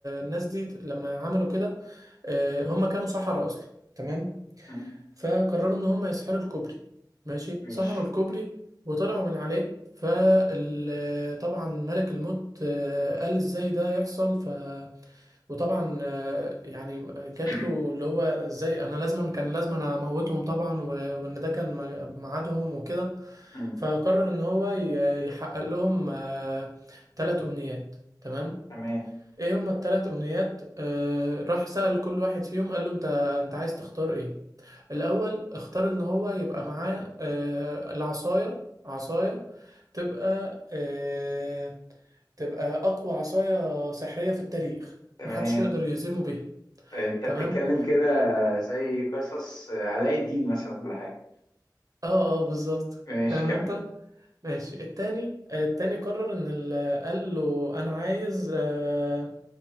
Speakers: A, on the right (about 50°); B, on the left (about 65°).
A: الناس دي لما عملوا كده آه هم كانوا سحرة اصلا تمام
B: م-
A: فقرروا ان هم يسحروا الكوبري ماشي
B: ماشي
A: سحروا الكوبري وطلعوا من عليه فطبعا ملك الموت آه قال ازاي ده يحصل وطبعا آه، يعني جات
B: <clears throat>
A: له اللي هو ازاي انا لازما كان لازما اموتهم طبعا و- وان ده كان م- ميعادهم وكده
B: م-
A: فقرر ان هو ي- يحقق لهم ثلاث امنيات تمام
B: تمام
A: ايه هما الثلاث امنيات آه، راح سأل كل واحد فيهم قال له انت انت عايز تختار ايه الأول اختار إن هو يبقى معاه آه، العصاية عصاية تبقى آه، تبقى أقوى عصاية سحرية في التاريخ
B: تمام
A: محدش يقدر يهزمه بيها
B: انت
A: تمام
B: بتتكلم كده زي قصص علاء الدين مثلا ولا حاجة
A: اه اه بالظبط
B: ماشي
A: فاهم
B: كمل
A: انت ماشي التاني آه، التاني قرر ان ال- قال له انا عايز آه